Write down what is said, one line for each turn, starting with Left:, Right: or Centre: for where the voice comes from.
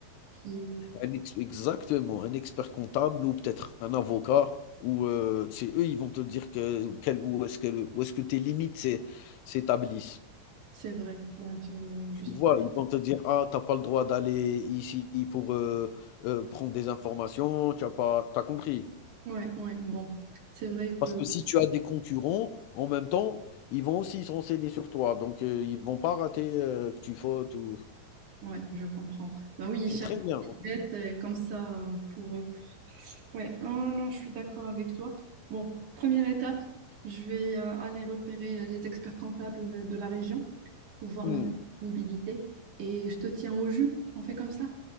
Right: qui,
Left: Un ex- exactement, un expert comptable ou peut-être un avocat, ou euh, c'est eux, ils vont te dire que, quel- où est-ce que, le- où est-ce que tes limites s'é- s'établissent.
Right: c'est vrai, ouais, je, je
Left: Tu
Right: suis
Left: vois, ils vont te dire, ah, t'as pas le droit d'aller ici pour euh, euh, prendre des informations, tu as pas, t'as compris.
Right: Ouais, ouais, bon, c'est vrai que
Left: Parce que si tu as des concurrents, en même temps, ils vont aussi se renseigner sur toi. Donc, euh, ils vont pas rater euh, que tu fautes ou...
Right: Ouais, je comprends. Bah oui, ils
Left: C'est
Right: cherchent
Left: très bien.
Right: des dettes euh, comme ça euh, pour, pour- Ouais, oh non, je suis d'accord avec toi. Bon, première étape, je vais euh, aller repérer euh, les experts comptables de la région pour voir
Left: Hmm.
Right: leur disponibilité et je te tiens au jus. On fait comme ça.